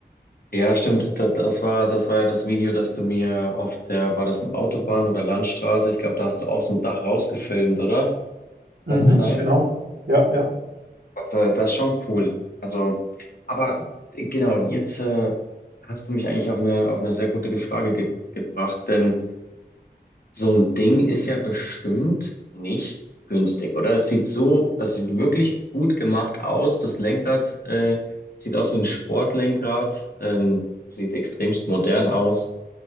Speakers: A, on the left; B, on the right.
A: Ja, stimmt. Da- Das war, das war ja das Video, das du mir auf der, war das eine Autobahn oder Landstraße? Ich glaube, da hast du aus dem Dach rausgefilmt, oder?
B: Mhm,
A: Kann das sein?
B: genau. Ja, ja.
A: Das, äh, das ist schon cool. Also, aber äh, genau, jetzt äh, hast du mich eigentlich auf eine, auf eine sehr gute Frage ge gebracht, denn so ein Ding ist ja bestimmt nicht günstig, oder? Es sieht so, es sieht wirklich gut gemacht aus. Das Lenkrad äh, sieht aus wie ein Sportlenkrad, ähm, sieht extremst modern aus.